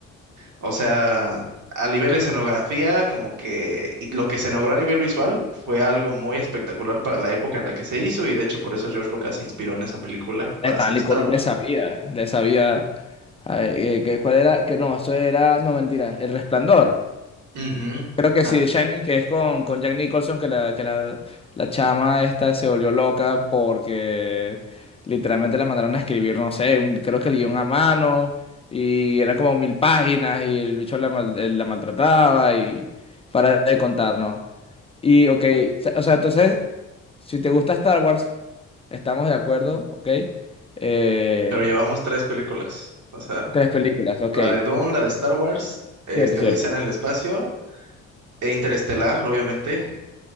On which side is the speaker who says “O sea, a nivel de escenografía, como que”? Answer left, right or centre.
Right